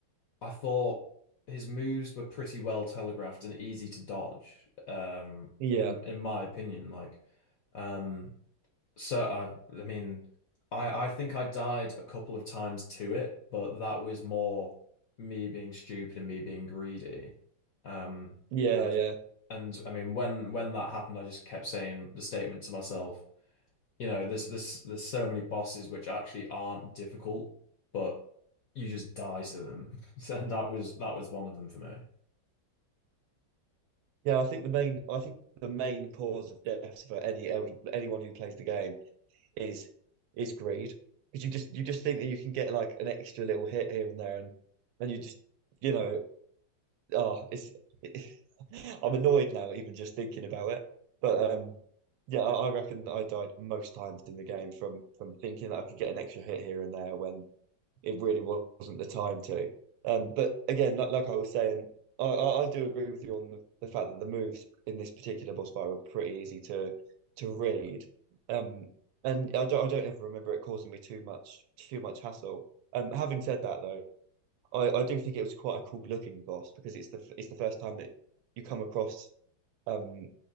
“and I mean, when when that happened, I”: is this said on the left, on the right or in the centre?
Left